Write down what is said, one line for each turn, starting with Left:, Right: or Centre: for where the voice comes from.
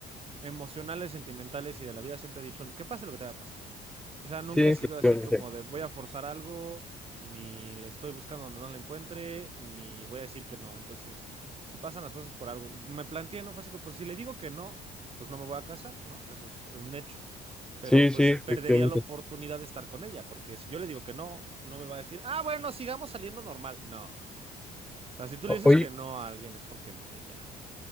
Right: emocionales, sentimentales y de la vida siempre he dicho, que pase lo que te va a pasar. O sea, nunca
Centre: Sí,
Right: he
Centre: efectivamente.
Right: sido así como de voy a forzar algo, ni le estoy buscando donde no la encuentre, ni voy a decir que no. Entonces, si pasan las cosas por algo, y me planteé, ¿no? Fue así como, pues si le digo que no, pues no me voy a casar, ¿no? Eso es un hecho pero
Centre: Sí,
Right: pues
Centre: sí, efectivamente.
Right: perdería la oportunidad de estar con ella, porque si yo le digo que no, no me va a decir, ah, bueno, sigamos saliendo normal. No. O sea, si tú
Centre: O-
Right: le dices
Centre: Oye,
Right: que no a alguien es porque no, y ya.